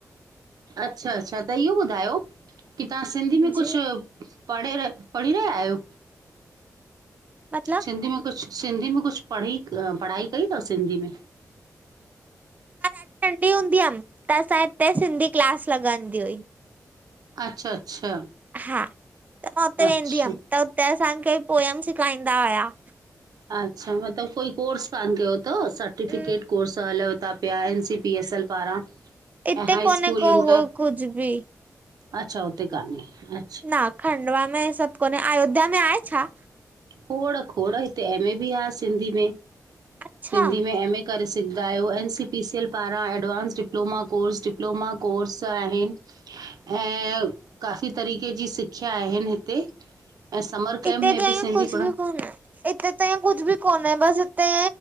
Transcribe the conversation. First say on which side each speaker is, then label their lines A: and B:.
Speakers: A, on the right; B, on the right.
A: अच्छा अच्छा त इहो ॿुधायो? की तहां सिंधी में
B: जी
A: कुछ, पढ़े र पढ़ी रहियायो?
B: मतलब?
A: सिंधी में कुछ सिंधी में कुछ पढ़ी, पढ़ाई कई तव सिंधी में?
B: ॾाढ़ी नंढ़ी हूंदी हम, त असांजे हिते सिंधी क्लास लॻंदी हुई।
A: अच्छा अच्छा
B: हा, त मां हुते
A: अच्छा,
B: वेंदी हम त हुते असांखे पोयम सिखाईंदा हुया।
A: अच्छा, मतलब फुल कोर्स कान क्यो तव, स सेर्टीफिकेट
B: न
A: कोर्स हलव् ता प्या, N, C, P, S L पारां।
B: इते
A: ऐं हाई
B: कोने
A: स्कूल
B: को
A: इंटर
B: उहो कुझ बि।
A: अच्छा हुते कान्हें अ
B: न खंडवा में हे सभ कोनें, अयोध्या में आहे छा?
A: खोड़ खोड़, हिते एम, ए बि आ, सिंधी में
B: अच्छा
A: सिंधी में एम, ए। करे सघंदा आहियो एन सी पीसी एल पारां advance diploma course diploma course आहिनि। ऐं, काफ़ी तरीक़े जी सिखिया आहिनि हिते। ऐं समर कैम्प
B: हिते
A: में
B: त
A: बि
B: ईअं
A: सिंधी
B: कुझ
A: पढ़
B: बि कोन आय हिते त ईअं कुझु बि कोन्हे बसि हिते